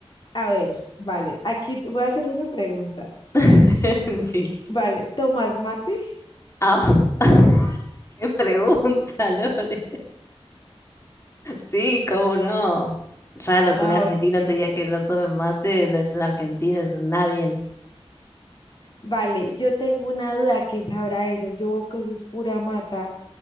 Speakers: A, on the left; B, on the left.
A: A ver, vale, aquí te voy a hacer una pregunta.
B: <laughs> Sí.
A: Vale, ¿tomas mate?
B: Ah, <laughs> qué pregunta, Lore. Sí, cómo no. Raro
A: Ah,
B: que un argentino
A: ok.
B: te diga que no tome mate, no es un argentino, es un nadie.
A: Vale, yo tengo una duda, ¿qué sabrá eso? Yo veo que eso es pura mata.